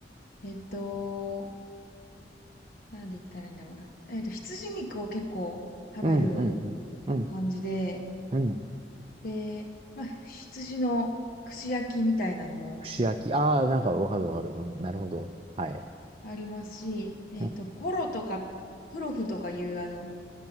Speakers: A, on the left; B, on the right.
A: えっと、なんで言ったらいいんだろうな。えっと、羊肉を結構食べる
B: うん、うん、うん、うん、
A: 感じで、
B: うん。
A: で、まあ、羊の串焼きみたいなのも
B: 串焼き。ああ、なんかわかるわかる。うん、なるほど。はい。
A: ありますし、えっと、
B: うん、
A: ポロとか、プロフとかいうあの、